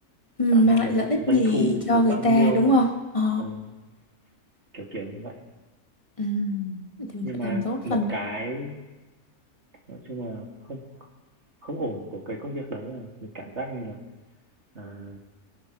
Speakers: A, on the left; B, on the right.
A: Ừ,
B: bạn mang
A: mang lại
B: được
A: lợi ích
B: doanh
A: gì
B: thu
A: cho
B: được
A: người
B: bao
A: ta
B: nhiêu
A: đúng không? Ồ,
B: ừ, kiểu kiểu như vậy
A: ừ. Vậy Thì mình
B: nhưng
A: phải
B: mà
A: làm tốt
B: một
A: phần đó.
B: cái nói chung là không không ổn của cái công việc đấy là mình cảm giác như là à,